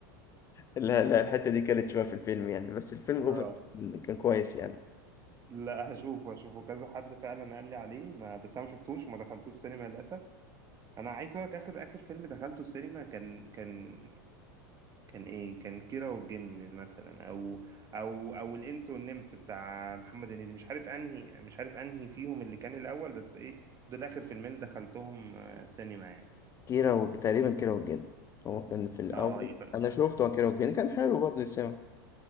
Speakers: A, on the left (about 30°); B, on the right (about 30°).
A: لا لا الحته دي كانت شويه في الفيلم يعني بس الفيلم اوفر
B: اه
A: كان كويس يعني
B: لا هشوفه هشوفه كذا حد فعلا قال لي عليه ما بس انا ما شفتوش وما دخلتوش السينما للاسف انا عايز اقول لك اخر اخر فيلم دخلته السينما كان كان كان ايه كان كيرة والجن مثلا او او او الانس والنمس بتاع محمد هنيدي مش عارف انهي مش عارف انهي فيهم اللي كان الاول بس ايه دول اخر فيلمين دخلتهم آه، سينما يعني
A: كيرة و... تقريبا كيرة والجن هو كان في الاول
B: اه يبقى
A: انا شفته كيرة والجن كان حلو برضه يتسمع